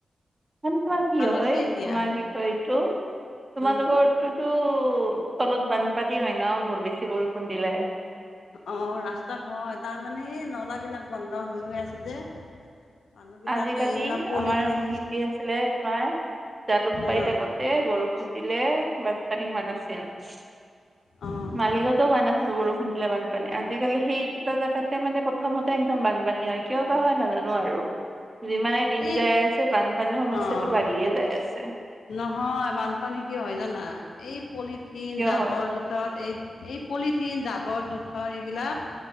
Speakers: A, on the right; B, on the left.
A: কিমান বা কি
B: ভাল হৈছে
A: হয়
B: এতিয়া
A: তোমাৰ কি কয় এইটো তোমালোকৰ।
B: অ
A: এইটো তলত বানপানী হয় ন বহুত বেছি বৰষুণ দিলে
B: অহ ৰাস্তা ধ তাৰমানে এই নলা বিলাক বন্ধ হৈ হৈ আছে যে মানুহবিলাকে
A: আজিকালি
B: এইবিলাক পলিথিন
A: আমাৰ কি কি আছিলে তোমাৰ জালুকবাৰীত
B: অ'
A: আগত। এ বৰষুণ দিলে বানপানী হোৱা চান্স আছে।
B: অ'
A: মালিকত হোৱা নাছিল বৰষুণ হৈছিলে বানপানী আজিকালি সেই দুটা জাগাতে মানে প্ৰথমতে একদম বানপানী হয় কিয় বা হয় নাজানো আৰু যিমানে দিন
B: এই
A: যাই আছে বানপানীৰ সমস্যাটো
B: অ'
A: বাঢ়িয়ে যাই আছে।
B: নহয় বানপানী কি হয় জানা এই পলিথিন
A: কিয়
B: জাবৰ
A: হয়
B: জোথৰ এই। এই পলিথিন জাবৰ জোথৰ এইবিলাক।